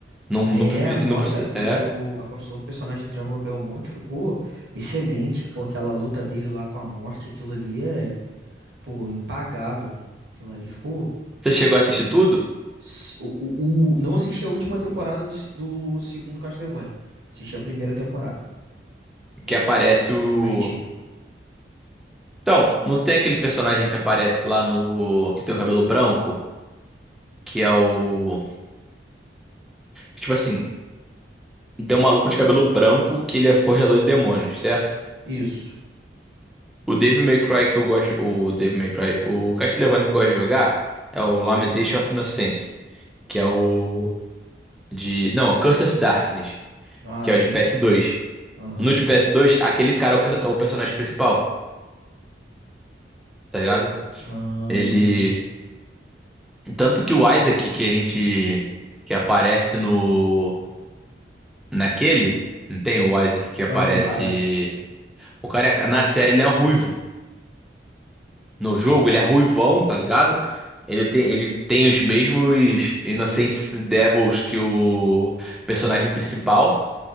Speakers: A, in the centre; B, on the right.
A: Não,
B: Ah,
A: não,
B: É,
A: prefi-
B: nossa,
A: não, preci-
B: e
A: é.
B: o, a construção do personagem Trevor Belmont ficou excelente, pô, aquela luta dele lá com a morte, aquilo ali é, pô, impagável. Aquilo ali ficou.
A: Você chegou a assistir tudo?
B: s- O, o, o- não assisti a última temporada do, se- do segundo Castlevania, assisti a primeira temporada do,
A: Que aparece o.
B: do Richie.
A: Então, não tem aquele personagem que aparece lá no. que tem o cabelo branco? Que é o. Tipo assim, tem um maluco de cabelo branco que ele é forjador de demônios, certo?
B: Isso,
A: O Devil May Cry que eu gosto. O Devil May Cry. O Castlevania que eu gosto de jogar é o Lamentation of Innocence. Que é o. De. Não, Curse of Darkness.
B: ah,
A: Que
B: sim,
A: é o de PS2.
B: aham,
A: No de PS2, aquele cara é o, per- é o personagem principal. Tá ligado?
B: aham,
A: Ele. Tanto que o Isaac que a gente. Que aparece no. Naquele. Não tem o Isaac que aparece.
B: aham, o careca.
A: O cara. é- Na série ele é um ruivo. no jogo, ele é ruivão, tá ligado? Ele tem, ele tem os mesmos Innocent Devils que o personagem principal.